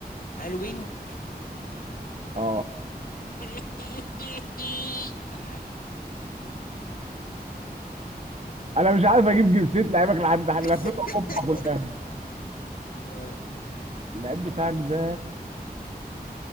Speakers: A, on the left; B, on the right.
A: هل وينج
B: اه
A: <laughs> <applause> تعالى خش علي خش علي
B: انا مش عارف اجيب جنسيه لعيبك لحد لفيت
A: <laughs>
B: اوروبا كلها
A: <applause> آه،
B: اللعيب بتاعك ده